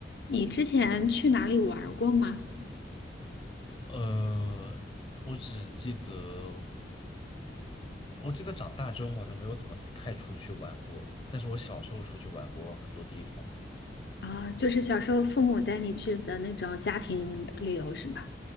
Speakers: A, on the left; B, on the left.
A: 你之前去哪里玩儿过吗？
B: 呃，我只记得，我记得长大之后好像没有怎么太出去玩过，但是我小时候出去玩过很多地方，
A: 啊，就是小时候父母带你去的那种家庭旅游是吧？